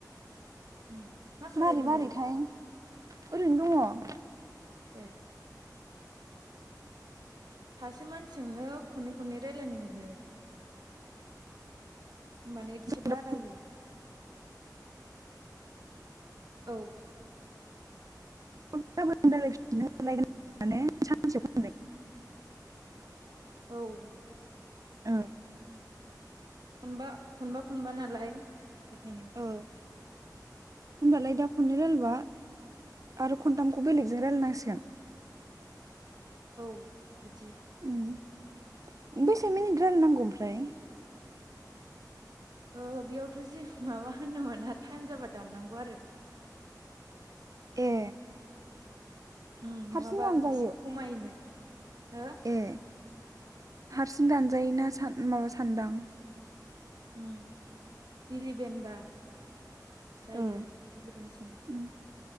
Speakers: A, on the right (about 70°); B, on the right (about 50°).
A: उम मा खालायदों
B: मारै मारैथाय
A: दालाय
B: ओरैनो दङ।
A: ए सासे मानसिजोंनो खननै खननै रायजलायनो मोनो। होनबानो एसे
B: दङ
A: बारायो। औ
B: <unintelligible> माने सानसेयाव खननै
A: औ
B: उम।
A: खनबा खनबा खनबा नालाय बेखायनो।
B: ओ। होनबालाय दा खननै रायलायबा आरो खनथामखौ बेलेगजों रायलायनांसिगोन।
A: औ बिदि
B: उम बेसे मिनिट रायलाय नांगौ ओमफ्राय?
A: ओ बेयावथ' जि माबा होननो मोना थाइम जाबा दाननांगौ आरो।
B: ए
A: उम नङाबा
B: हारसिं दानजायो?
A: एसे खमायनो हो
B: ए हारसिं दानजायो ना सान माबा सानदां।
A: उम इलेभेनबा। जायो
B: ओ
A: आरो इलेभेनसिम।
B: उम